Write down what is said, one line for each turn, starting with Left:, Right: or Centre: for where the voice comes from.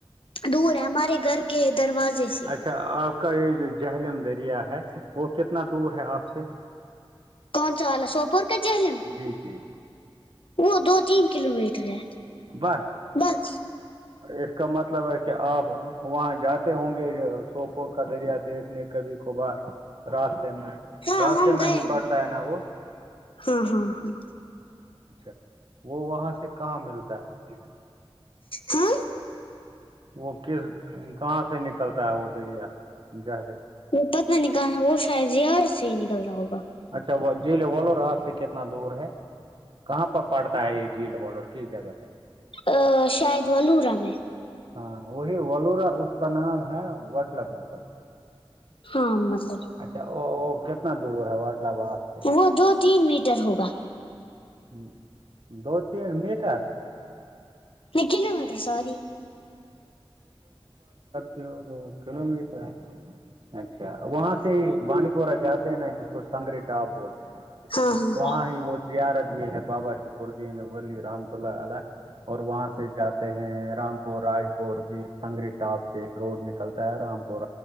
Left: دور ہے ہمارے گھر کے دروازے سے
Right: اچھا آپ کا یہ جو جہلملم دریا ہے وہ کتنا دور ہے آپ سے
Left: کون سا والا سوپور کے جلیم
Right: جی جی
Left: وہ دو تین کلو میٹر ہے
Right: بس
Left: بس
Right: اس کا مطلب ہے کہ آپ وہاں جاتے ہوں گے سوپور کا دریا دیکھ کبھی کبھار راستے میں
Left: ہاں
Right: راستے
Left: ہم
Right: میں
Left: گئے
Right: ہی پڑتا ہے نا وہ
Left: ہاں ہاں ہاں
Right: اچھا وہ وہاں سے کہاں ملتا ہے
Left: ہاں
Right: وہ کس کہاں سے نکلتا ہے وہ دریا جاہل
Left: وہ پتہ نکال رہا ہے وہ شاید یار سے ہی نکل رہا ہوگا
Right: اچھا جیل بولو را آپ سے کتنا دور ہے کہاں پر پڑتا ہے یہ جیل بال اور کس جگہ پہ
Left: ا شاید و رہا میں
Right: ہاں وہی ولورا اس کا نام ہے وٹلب میں پٹ
Left: ہاں مل
Right: اچھا کتنا دور ہے واٹلباد سے
Left: وہ دو تین میٹر ہوگا
Right: ہ دو تین میٹر
Left: نہیں کلو میٹر سوری
Right: کیا تو گل مٹ ہے اچھا وہاں سے ہی بانڈی پورہ جاتے ہیں نا جس کو سنگری ٹاپ بولتے ہیں
Left: ہاں ہاں
Right: وہاں ہی وہ زیارت بھی ہے بابا شکردین ولی رحمت اللہ ع اور وہاں سے جاتے ہیں رامپور رائے پور بھی سنگری اپ سے ایک روڈ نکلتا ہے رام پور